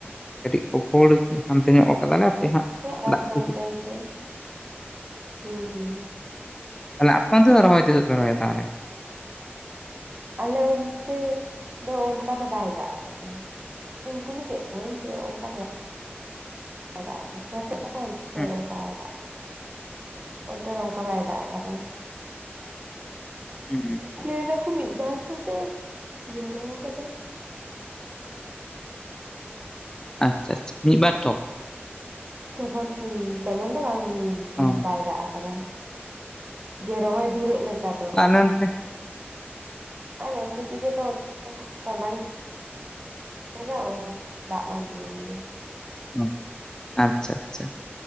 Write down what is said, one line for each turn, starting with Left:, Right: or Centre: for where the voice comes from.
Left: ᱠᱟᱹᱴᱤᱡ ᱠᱚᱯᱷᱚᱲ ᱦᱟᱱᱛᱮ ᱧᱚᱜ ᱟᱠᱟᱫᱟᱞᱮ ᱯᱮᱦᱟᱜ
Right: ᱦᱮᱡ ᱨᱟᱱ
Left: ᱫᱟᱜ
Right: ᱦᱟᱱᱛᱮ
Left: ᱠᱚ ᱦᱩᱸ
Right: ᱱᱟᱛᱮ ᱦᱩᱸ ᱦᱩᱸ
Left: ᱦᱩᱸ ᱛᱟᱦᱞᱮ ᱟᱯᱚᱱ ᱛᱮ ᱨᱚᱦᱚᱭ ᱛᱤᱥᱚᱜ ᱯᱮ ᱨᱚᱦᱚᱭᱟ ᱛᱟᱦᱚᱞᱮ?
Right: ᱟᱞᱮ ᱚᱱᱛᱮ ᱫᱚ ᱚᱱᱠᱟ ᱫᱚ ᱵᱟᱭ ᱫᱟᱜ ᱟᱠᱟᱫᱟ᱾ ᱤᱧ ᱠᱩᱞᱤ ᱠᱮᱫ ᱠᱚᱣᱟᱧ ᱡᱮ ᱚᱱᱠᱟ ᱫᱚ ᱵᱟᱝ, ᱵᱟᱭ ᱫᱟᱜ ᱟᱠᱟᱱᱟ ᱚᱱᱟᱚᱛ ᱠᱟᱛᱷᱟ ᱚᱱᱛᱮ
Left: ᱦᱮᱸ
Right: ᱚᱱᱠᱟ ᱵᱟᱭ ᱫᱟᱜ ᱟᱠᱟᱫᱟ ᱚᱱᱛᱮ ᱫᱚᱠᱟ <unintelligible> ᱟ ᱵᱟᱭ ᱫᱟᱜ ᱠᱟᱫᱟᱭ᱾
Left: ᱦᱮᱸ
Right: ᱞᱟᱹᱭᱮᱫᱟᱠᱚ ᱢᱤ ᱵᱴᱚ ᱴᱷᱚᱯ ᱮ ᱡᱨᱟ ᱟᱠᱟᱫᱟ᱾
Left: ᱟᱪᱪᱷᱟ ᱟᱪᱪᱷᱟ ᱢᱤᱫ ᱵᱟᱨ ᱴᱷᱚᱯ?
Right: ᱛᱮᱢᱚᱱ ᱛᱮᱢᱚᱱ ᱫᱚ ᱵᱟᱝ
Left: ᱚ
Right: ᱵᱟᱭ ᱫᱟᱜ ᱟᱠᱟᱫᱟᱭ᱾ ᱡᱮ ᱨᱚᱦᱚᱭ ᱯᱩᱨᱟᱹᱜ ᱞᱮᱠᱟ ᱫᱚ᱾
Left: ᱚᱱᱛᱮ <inaudible>
Right: ᱟᱨ ᱮᱢᱱᱤ ᱛᱮᱜ ᱛᱚ ᱚᱱᱛᱮ ᱫᱚ <inaudible> ᱴᱚᱰᱟᱝ ᱦᱮᱸ ᱫᱟᱜ ᱵᱟᱝ ᱛᱤᱸᱜᱩᱱ ᱜᱮᱭᱟ᱾
Left: <unintelligible> ᱟᱪᱪᱷᱟ ᱟᱪᱪᱷᱟ᱾